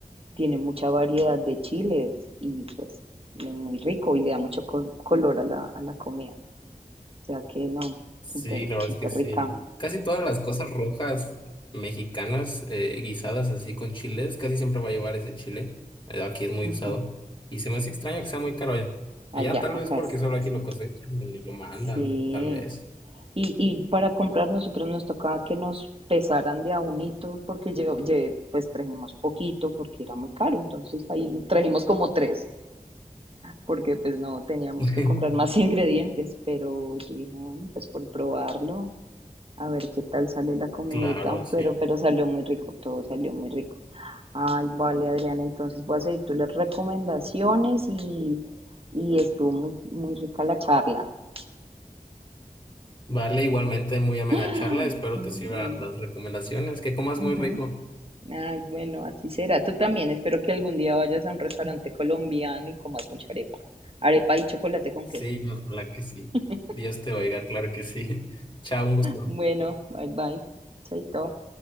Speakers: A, on the right (about 40°); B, on the left (about 35°).
A: tiene mucha variedad de chiles y pues muy muy rico y le da mucho col- color a la, a la comida. O sea que no,
B: Sí,
A: súper,
B: la verdad
A: súper
B: es que sí.
A: rica.
B: Casi todas las cosas rojas mexicanas eh, guisadas así con chiles, casi siempre va a llevar ese chile. Eh, Aquí es muy
A: Ujú.
B: usado. Y se me hace extraño que sea muy caro
A: Allá,
B: allá, tal
A: acá
B: vez porque
A: es.
B: solo aquí
A: Sí.
B: lo cosechan y lo mandan,
A: Sí.
B: tal vez.
A: Y, y para comprar nosotros nos tocaba que nos pesaran de a unito porque lle- lle- pues trajimos poquito porque era muy caro. Entonces ahí trajimos como tres porque pues no teníamos
B: <laughs>
A: que comprar más <laughs> ingredientes. Pero yo dije, bueno, pues por probarlo, a ver qué tal sale la comidita.
B: Claro, sí.
A: Pero, pero salió muy rico, todo salió muy rico. Ay, vale, Adriana, entonces voy a seguir tus las recomendaciones y, y estuvo muy, muy rica la charla. <gasps>
B: Vale, igualmente muy amena
A: <laughs>
B: charla. Espero
A: Bueno,
B: te sirvan las recomendaciones. Que comas
A: ujú.
B: muy rico.
A: Ay, bueno, así será. Tú también, espero que algún día vayas a un restaurante colombiano y comas mucha arepa. Arepa y chocolate con
B: Sí,
A: queso.
B: ojalá que sí.
A: <laughs>
B: Dios te oiga, claro que sí. <laughs> Chao, un gusto.
A: Bueno, bye bye. Chaito.